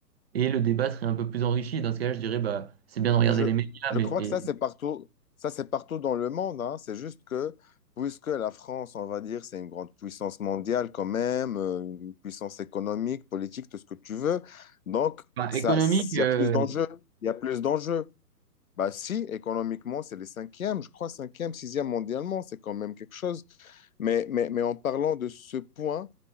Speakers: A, on the right (about 40°); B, on the left (about 55°).
A: et le débat serait un peu plus enrichi. Dans ce cas-là, je dirais, bah c'est bien de regarder
B: Je,
A: les médias,
B: je
A: mais
B: crois
A: et-
B: que ça, c'est partout, ça, c'est partout dans le monde, hein. C'est juste que, puisque la France, on va dire, c'est une grande puissance mondiale quand même, euh, une puissance économique, politique, tout ce que tu veux, donc
A: enfin,
B: ça,
A: économique,
B: s-
A: euh,
B: il y a plus d'enjeux. Il y a plus d'enjeux. Bah si, économiquement, c'est les cinquièmes, je crois, cinquième, sixième mondialement, c'est quand même quelque chose. Mais, mais, mais en parlant de ce point,